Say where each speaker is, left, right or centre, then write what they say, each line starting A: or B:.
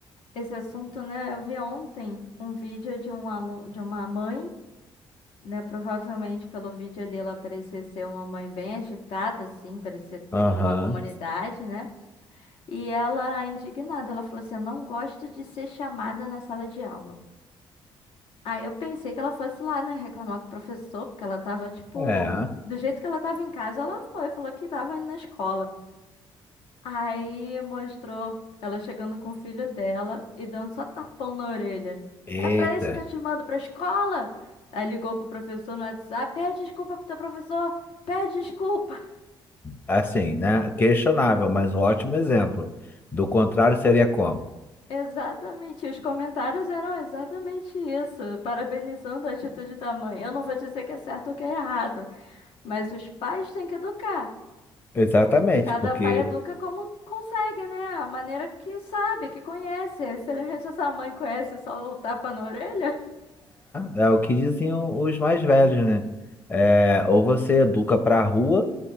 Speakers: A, on the left (about 85°); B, on the left (about 20°).
A: Esse assunto, né? Eu vi ontem um vídeo de um aluno, de uma mãe, né? Provavelmente pelo vídeo ali ela parecia ser uma mãe bem agitada, assim, parecia
B: Aham.
A: ser de uma comunidade, né? E ela, indignada, ela falou assim: Eu não gosto de ser chamada na sala de aula. Aí eu pensei que ela fosse lá, né, reclamar com o professor, porque ela tava, tipo,
B: É,
A: do jeito que ela tava em casa, ela foi, falou que tava indo na escola. Aí mostrou ela chegando com o filho dela e dando só tapão na orelha.
B: eita.
A: É pra isso que eu te mando pra escola? Aí ligou pro professor no WhatsApp: Pede desculpa pro teu professor, pede desculpa.
B: Assim, né? Questionável, mas um ótimo exemplo. Do contrário, seria como?
A: Exatamente, os comentários eram exatamente isso, parabenizando a atitude da mãe. Eu não vou dizer que é certo ou que é errado, mas os pais têm que educar.
B: Exatamente,
A: Cada
B: porque
A: pai educa como consegue, né? A maneira que sabe, que conhece. Infelizmente, essa mãe conhece só o tapa na orelha.
B: é, é o que diziam os mais velhos, né? É, ou você educa pra rua,